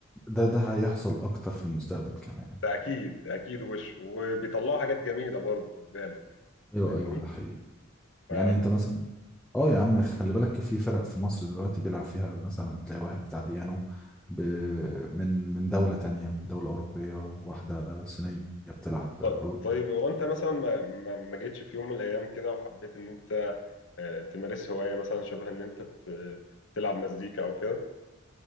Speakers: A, in the centre; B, on the left.
A: ده ده هيحصل اكتر في المستقبل كمان
B: ده اكيد اكيد وش وبيطلعوا حاجات جميله برضو خد بالك
A: ايوه
B: فاهمني
A: ايوه ده حقيقي
B: ف
A: يعني انت مثلا اه يا عم خلي بالك في فرق في مصر دلوقتي بيلعب فيها مثلا تلاقي واحد بتاع بيانو ب... من من دولة تانية من دولة أوروبية واحدة صينية بتلعب
B: ط-
A: عود
B: طيب هو انت مثلا ما ما ما جيتش في يوم من الايام كده وحبيت ان انت آه، تمارس هوايه مثلا شبه ان انت ت- تلعب مزيكا او كده